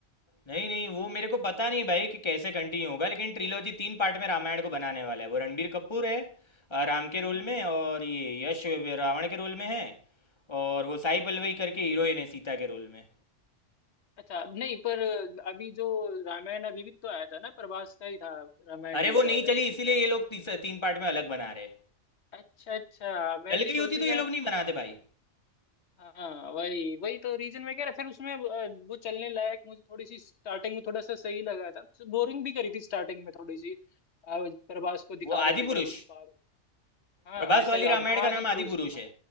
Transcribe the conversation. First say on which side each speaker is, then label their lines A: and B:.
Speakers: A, on the left; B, on the left.
A: नहीं नहीं वो मेरे को पता नहीं भाई कि कैसे कंटिन्यू होगा लेकिन ट्रिलॉजी तीन पार्ट में रामायण को बनाने वाला है वो रणबीर कपूर है अ, राम के
B: हाँ
A: रोल में और ये यश रावण के रोल में है और वो साई
B: अच्छा
A: पल्लवी करके हीरोइन है सीता के रोल में
B: अच्छा नहीं पर अभी जो रामायण अभी भी तो आया था ना प्रभास का ही था रामायण
A: अरे
B: भी
A: वो नहीं
B: शायद अभी
A: चली
B: कुछ
A: इसीलिए ये लोग तीस- तीन पार्ट में अलग बना रहे
B: अच्छा अच्छा मैं
A: चल
B: भी
A: गई
B: सोचू
A: होती तो ये
B: यार
A: लोग नहीं बनाते भाई
B: हाँ वही वही तो रीजन मैं कह रहा फिर उसमें अ, वो चलने लायक मुझे थोड़ी सी स्टार्टिंग में थोड़ा सा सही लगा था बोरिंग भी करी थी स्टार्टिंग में थोड़ी सी अ, प्रभास को दिखा
A: वो
B: रहे
A: आदि
B: थे
A: पुरुष
B: जब पार हाँ
A: प्रभास
B: ऐसा
A: वाली
B: ही आदि
A: रामायण
B: हाँ,
A: का
B: आदि
A: नाम
B: पुरुष
A: आदि पुरुष
B: है हाँ
A: है